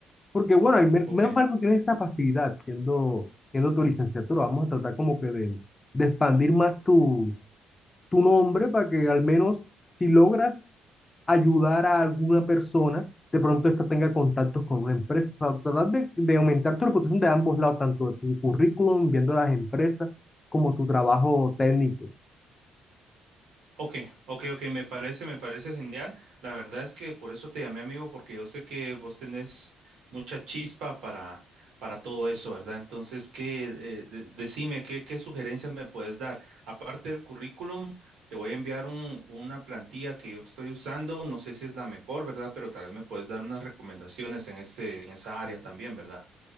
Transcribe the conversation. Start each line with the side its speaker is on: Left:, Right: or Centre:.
Left: Porque bueno, hay men-
Right: Ok.
Left: menos mal que tienes esa facilidad siendo, siendo tu licenciatura. Vamos a tratar como que de, de expandir más tu, tu nombre para que al menos si logras ayudar a alguna persona, de pronto esta tenga contactos con una empresa. O sea, tratar de, de aumentar tu reputación de ambos lados, tanto de tu currículum, viendo las empresas, como tu trabajo técnico.
Right: Ok, ok, ok, me parece, me parece genial. La verdad es que por eso te llamé amigo, porque yo sé que vos tenés mucha chispa para, para todo eso, ¿verdad? Entonces, ¿qué, eh, de- decime, ¿qué, qué sugerencias me puedes dar? Aparte del currículum, te voy a enviar un, una plantilla que yo estoy usando, no sé si es la mejor, ¿verdad? Pero tal vez me puedes dar unas recomendaciones en ese, en esa área también, ¿verdad?